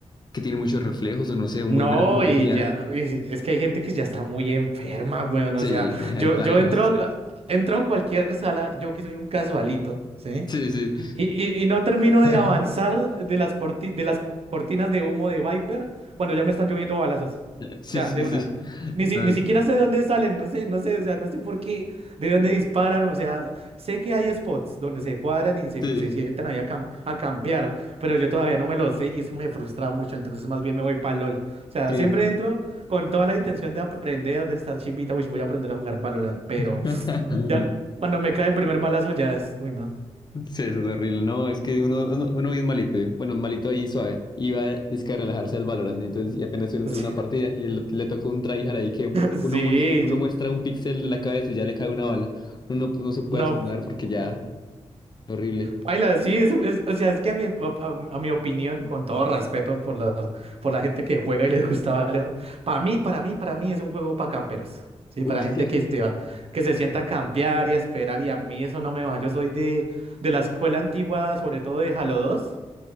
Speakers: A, on the left; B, on the right.
A: que tiene muchos reflejos o no sé, muy
B: No,
A: buena puntería.
B: y ya, y si- es que hay gente que ya está muy enferma, weón,
A: Sí,
B: o sea,
A: hay
B: yo,
A: tryhards.
B: yo entro, a- entro a cualquier sala, yo que soy un casualito, ¿sí?
A: Sí, sí.
B: Y, y- y no termino
A: <laughs>
B: de avanzar de las, corti- de las cortinas de humo de Viper cuando ya me están lloviendo balazos.
A: Sí,
B: Ya,
A: sí,
B: de
A: sí.
B: una. Ni, si-
A: No,
B: ni siquiera sé de dónde salen, no sé, no sé, o sea, no sé por qué, de dónde disparan, o sea, sé que hay spots donde se cuadran y se,
A: Sí,
B: se sientan ahí a, cam- a campear, pero yo todavía no me lo sé y eso me frustra mucho, entonces más bien me voy para LOL. O sea,
A: sí.
B: siempre entro con toda la intención de aprender, de estar chimbita, uy, voy a aprender a jugar Valorant, pero
A: <laughs>
B: ya cuando me cae el primer balazo ya es, uy, no.
A: Sí, eso es horrible. No, es que uno, uno, uno bien malito. yo. Bueno, malito ahí suave. Iba es que a relajarse al Valorant. Y entonces, y apenas uno entra
B: <laughs>
A: una partida y el- le toca un tryhard ahí que
B: Sí,
A: uno muestra, uno
B: yo-
A: muestra un píxel de la cabeza y ya le cae una bala. Uno no, no se puede
B: no,
A: asomar
B: p-
A: porque ya, horrible.
B: paila, sí, es, es- o sea, es que a mi, op- a, a mi opinión, con todo respeto por la, por la gente que juega y les gusta Valorant, para mí, para mí, para mí es un juego para camperos, sí,
A: Uy,
B: para gente
A: es cierto.
B: que se va, que se sienta a campear y a esperar, y a mí eso no me va, yo soy de, de la escuela antigua, sobre todo de Halo dos,